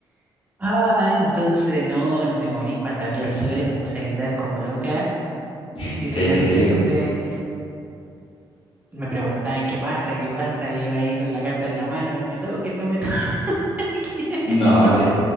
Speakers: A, on the right; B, on the left.
A: Ah, entonces no, te morí cuando abrí el sobre, me puse a gritar como loca,
B: ¿eh? <laughs>
A: literalmente.
B: Te creo.
A: Me preguntaban qué pasa, qué pasa, y yo ahí con la carta en la mano, no me toquen, no me toquen. <laughs>
B: No, te,